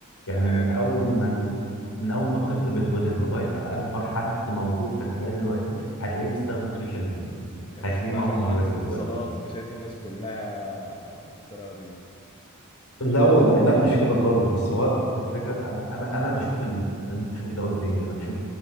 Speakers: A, on the left; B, on the left.
A: يعني
B: تمام
A: من اول ما ال- من اول ما الطفل بيتولد لغايه اكبر حد موجود في الحياه دلوقتي هتلاقيه بيستخدم السوشيال ميديا
B: يا باشا
A: هتلاقيه
B: انت
A: معاه
B: عشان
A: موبايل
B: مهندس
A: دلوقتي
B: اتصالات انت شايف الناس كلها بالطريقة دي
A: لا والله لا مش كده خالص بس هو الفكره انا انا أنا بشوف ال... انا بشوف ده قدامي انا بشوف